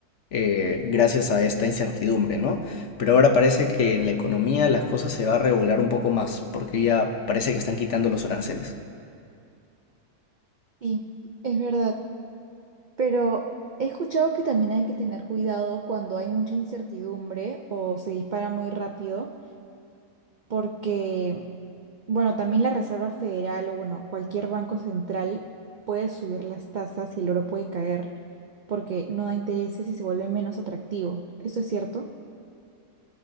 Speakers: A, on the left (about 55°); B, on the right (about 70°).
A: eh, gracias a esta incertidumbre, ¿no? Pero ahora parece que en la economía las cosas se va a regular un poco más porque ya parece que están quitando los aranceles.
B: Sí, es verdad. Pero he escuchado que también hay que tener cuidado cuando hay mucha incertidumbre o se dispara muy rápido, porque, bueno, también la Reserva Federal o, bueno, cualquier banco central puede subir las tasas y el oro puede caer, porque no da intereses y se vuelve menos atractivo. ¿Eso es cierto?